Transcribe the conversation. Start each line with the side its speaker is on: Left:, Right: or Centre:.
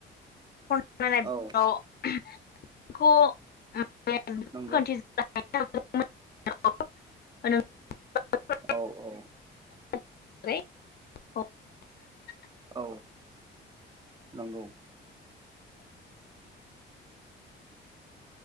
Left: <unintelligible>
Right: औ
Left: <unintelligible>
Right: नंगौ औ औ।
Left: <unintelligible>
Right: औ नंगौ।